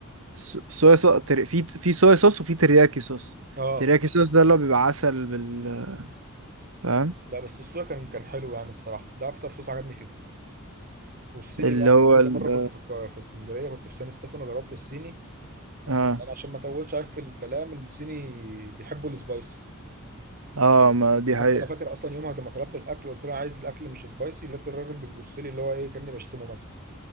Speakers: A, on the right (about 70°); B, on the right (about 40°).
A: س- صويا صوص تري... في في صويا صوص وفي ترياكي صوص
B: اه
A: ترياكي صوص ده اللي هو بيبقى عسل بال فاهم
B: لا بس الصويا كان كان حلو يعني الصراحه ده اكتر صوص عجبني فيه والصيني
A: اللي
B: بقى
A: هو
B: الصيني
A: ال
B: ده مره كنت في القا- في اسكندريه كنت في سان ستيفانو جربت الصيني
A: اه
B: انا عشان ما اطولش عليك في الكلام الصيني بيحبوا السبايسي
A: اه ما دي
B: حتى
A: حقيقة
B: انا فاكر اصلا يومها لما طلبت الاكل قلت له عايز الاكل مش سبايسي لقيت الراجل بيبص لي اللي هو ايه كاني بشتمه مثلا